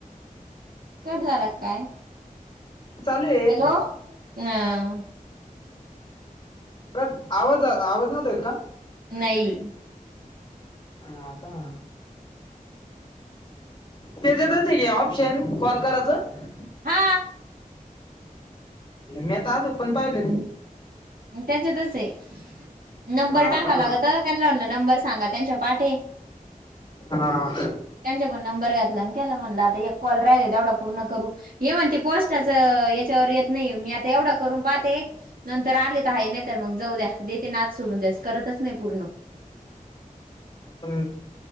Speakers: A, on the right; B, on the left.
A: हॅलो कट झाला की काय?
B: चालू आहे
A: हॅलो हम्म
B: का आवाज आवाज नव्हता येत का?
A: नाही.
B: हा का त्याच्यातच आहे ऑप्शन कॉल करायचं?
A: हा
B: मी आता आलो पण पाहिलं नाही.
A: त्याच्यातच आहे. नंबर
B: हा
A: टाका
B: का
A: लागत त्यांना म्हनलं नंबर सांगा त्यांच्या पाठ
B: हा
A: त्यांच्याकडून नंबर घ्या. म्हता कॉल राहिल तेवढा पूर्ण करू हि म्हणते पोस्टाच याच्यावर येत नाही मी आता एवढं करून पाहते नंतर आले तर आहे नाही तर मग जाऊ द्या देते नाद सोडून त्याचं करतच नाही पूर्ण
B: हम